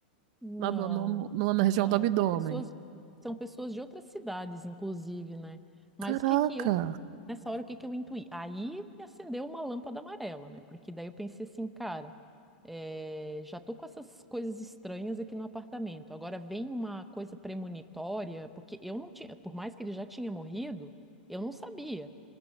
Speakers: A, in the centre; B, on the right.
A: não,
B: na, no- no- no- na região
A: não.
B: do abdômen.
A: São pessoas, são pessoas de outras cidades, inclusive, né? Mas
B: Caraca.
A: o que que eu, nessa hora, o que que eu intuí? Aí me acendeu uma lâmpada amarela, né? Porque daí eu pensei assim, cara, eh, já tô com essas coisas estranhas aqui no apartamento. Agora vem uma coisa premonitória, porque eu não tinha, por mais que ele já tinha morrido, eu não sabia.